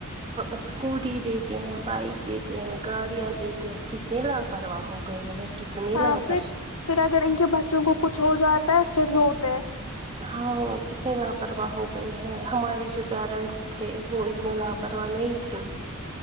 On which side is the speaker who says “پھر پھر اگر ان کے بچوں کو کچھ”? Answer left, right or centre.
Left